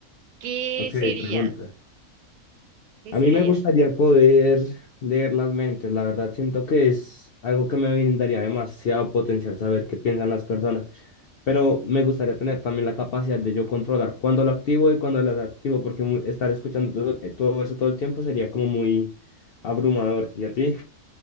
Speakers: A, on the right (about 80°); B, on the left (about 70°).
A: ¿qué
B: Ok,
A: sería?
B: pregunta.
A: ¿Qué
B: A mí
A: sería?
B: me gustaría poder leer las mentes. La verdad, siento que es algo que me brindaría demasiado potencial saber qué piensan las personas. Pero me gustaría tener también la capacidad de yo controlar cuándo lo activo y cuándo lo desactivo, porque mu- estar escuchando todo, eh, todo eso todo el tiempo sería como muy abrumador. ¿Y a ti?